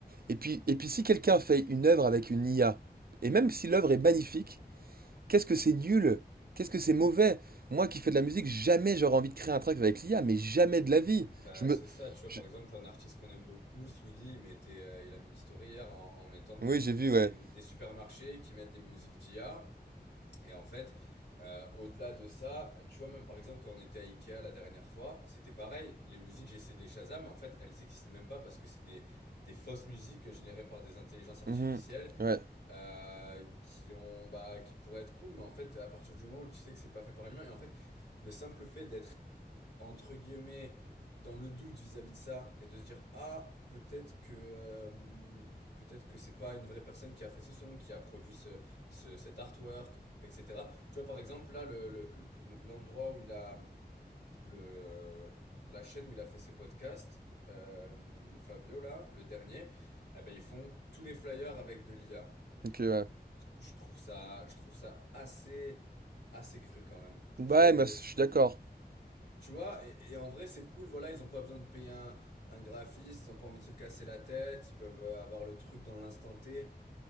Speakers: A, on the right; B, on the left.
A: Et puis, et puis si quelqu'un fait une œuvre avec une IA, et même si l'œuvre est magnifique, qu'est-ce que c'est nul? Qu'est-ce que c'est mauvais? Moi qui fais de la musique, jamais j'aurais envie de créer un track avec l'IA, mais jamais de la vie.
B: bah
A: Je me...
B: c'est ça, tu vois,
A: je-
B: par exemple, un artiste qu'on aime beaucoup, Swilly, il mettait, euh, il a mis une story hier en, en mettant des,
A: Oui, j'ai vu, ouais.
B: des, des supermarchés qui mettent des musiques d'IA. Et en fait, euh, au-delà de ça, tu vois, même par exemple, quand on était à Ikea la dernière fois, c'était pareil. Les musiques, j'ai essayé de les Shazam, mais en fait, elles existent même pas parce que c'est des, des fausses musiques générées par des intelligences artificielles
A: Mhm. Ouais,
B: euh, qui, ont, bah, qui pourraient être cool, mais en fait, à partir du moment où tu sais que c'est pas fait par un humain, et en fait, le simple fait d'être entre guillemets, dans le doute vis-à-vis de ça et de se dire ah peut-être que euh, peut-être que c'est pas une vraie personne qui a fait ce son, qui a produit ce, ce- cet artwork, etc. Tu vois par exemple là le, le- l'endroit où il a le la chaîne où il a fait ses podcasts, euh, Fabio là le dernier, eh ben ils font tous les flyers avec de l'IA.
A: ok, ouais.
B: Je trouve ça je trouve ça assez assez cru quand même.
A: Bah,
B: Je,
A: ouais, moi, je suis
B: je suis
A: d'accord.
B: tu vois, et, et en vrai, c'est cool, voilà, ils ont pas besoin de payer un, un graphiste, ils ont pas envie de se casser la tête, ils peuvent euh, avoir le truc dans l'instant T.